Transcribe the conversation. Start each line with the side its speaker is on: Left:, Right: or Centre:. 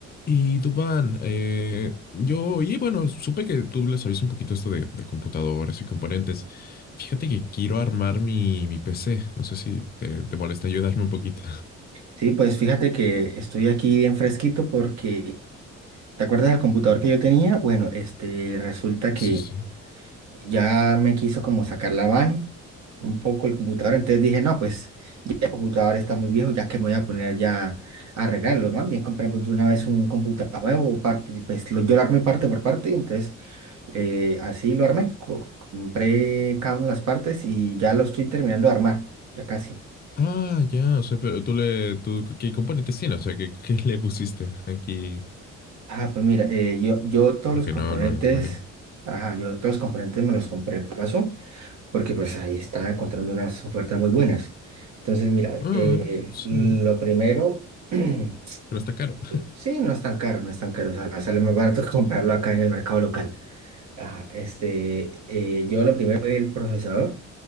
Left: Y Dubán, eh, yo, y bueno, supe que tú le sabías un poquito esto de, de computadoras y componentes. Fíjate que quiero armar mi, mi PC. No sé si te, te molesta ayudarme un poquito.
Right: Sí, pues fíjate que estoy aquí bien fresquito porque, ¿te acuerdas del computador que yo tenía? Bueno, este, resulta que
Left: Sí, sí.
Right: ya me quiso como sacar la van un poco el computador, entonces dije, no, pues el computador está muy viejo, ya que me voy a poner ya a arreglarlo, más bien compramos de una vez un computador nuevo, parte, y pues lo, yo lo armé parte por parte, entonces eh, así lo armé, co- compré cada una de las partes y ya lo estoy terminando de armar, ya casi.
Left: Ah, ya, o sea, pero tú le, tú, ¿qué componentes tiene? O sea, ¿qué, qué le pusiste aquí?
Right: Ah, pues mira, eh, yo, yo todos
Left: Porque
Right: los componentes,
Left: no, no, no tengo idea.
Right: ajá, yo todos los componentes me los compré paso, porque pues ahí estaba encontrando unas ofertas muy buenas. Entonces, mira,
Left: Ah,
Right: eh,
Left: sí,
Right: lo primero, <clears throat> que
Left: pero está caro. <laughs>
Right: sí, no es tan caro, no es tan caro, o sea, sale más barato <laughs> que comprarlo acá en el mercado local. Ajá, este, eh, yo lo primero fue el procesador.